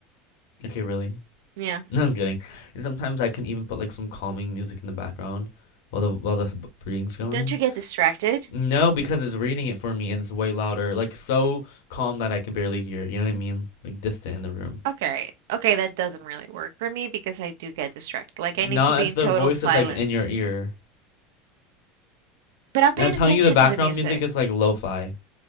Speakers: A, on the left; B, on the right.
A: okay, really. <laughs>
B: Yeah.
A: No, I'm kidding. And sometimes I can even put like some calming music in the background while the while the b- reading's going.
B: Don't you get distracted?
A: No, because it's reading it for me and it's way louder, like so calm that I can barely hear it. You know what I mean? Like distant in the room.
B: Okay. Okay, that doesn't really work for me because I do get distracted. Like
A: Not
B: I need to be
A: if
B: in
A: the
B: total
A: voice
B: silence.
A: is like in your ear.
B: But I'm paying
A: And I'm telling
B: attention
A: you, the background
B: to the music.
A: music is like lo-fi.